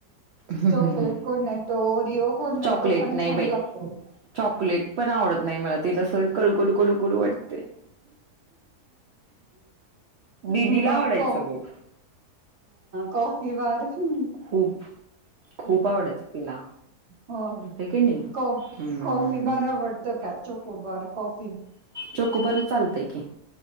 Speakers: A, on the right; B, on the right.
A: हं,
B: Chocolate
A: हं, हं.
B: Cornetto Oreo Cornetto
A: chocolate
B: पण
A: नाही
B: छान
A: बाई.
B: लागतो.
A: चॉकलेट पण आवडत नाही मला ते तस. कळू कडू कडू कडवट. दिदीला
B: म ह.
A: आवडायचं मग
B: को ही बार हम्म
A: खूप खूप आवडायचं तिला.
B: होय
A: हाय की नाही?
B: कोॉफी
A: हम्म.
B: बारबरत क चोख बरॉफी
A: चक बर चालतय की